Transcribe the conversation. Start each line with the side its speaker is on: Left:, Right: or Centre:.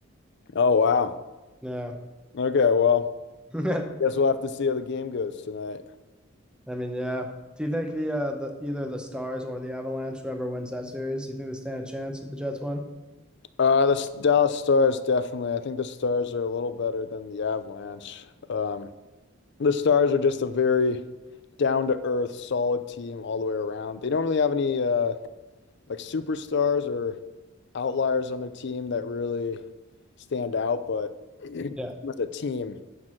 Left: Oh wow.
Centre: Yeah.
Left: Okay, well,
Centre: <laughs>
Left: guess we'll have to see how the game goes tonight.
Centre: I mean, yeah. Do you think the uh the either the Stars or the Avalanche, whoever wins that series, do you think they stand a chance if the Jets win?
Left: Uh, the S- Dallas Stars definitely. I think the Stars are a little better than the Avalanche. Um, the Stars are just a very down to earth, solid team all the way around. They don't really have any uh like superstars or outliers on their team that really stand out, but <clears throat>
Centre: Yeah.
Left: as a team,